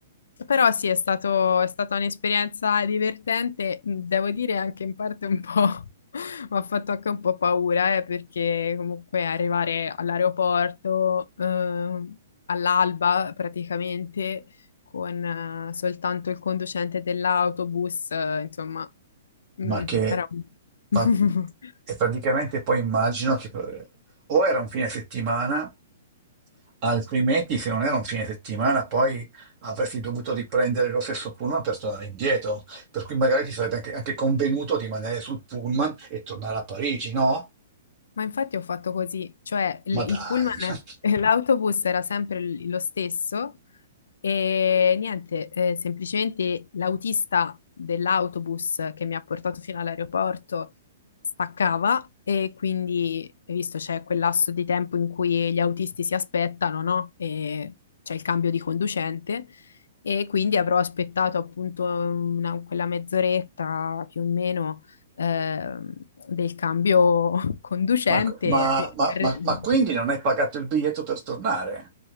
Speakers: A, on the left (about 80°); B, on the right (about 40°).
A: però sì, è stato- è stata un'esperienza divertente, mh, devo dire anche in parte un po', <laughs> mi ha fatto anche un po' paura, eh, perché comunque arrivare all'aeroporto, eh, all'alba praticamente, con, eh, soltanto il conducente dell'autobus, eh, insomma, mh,
B: ma che...
A: era un...
B: ma-
A: <laughs>
B: e praticamente poi immagino che eh, o era un fine settimana Altrimenti, se non era un fine settimana, poi avresti dovuto riprendere lo stesso pullman per tornare indietro. Per cui magari ti sarebbe anche, anche convenuto di rimanere sul pullman e tornare a Parigi, no?
A: Ma infatti ho fatto così, cioè il,
B: Ma dai,
A: il pullman
B: <laughs>
A: <laughs> e l'autobus era sempre l- lo stesso e niente, eh, semplicemente l'autista dell'autobus che mi ha portato fino all'aeroporto staccava e quindi, hai visto, c'è quel lasso di tempo in cui gli autisti si aspettano, no? E c'è il cambio di conducente e quindi avrò aspettato appunto una- quella mezz'oretta più o meno eh, del cambio <laughs> conducente.
B: ma, ma-
A: arri-
B: ma-
A: arri-
B: ma- ma quindi non hai pagato il biglietto per tornare?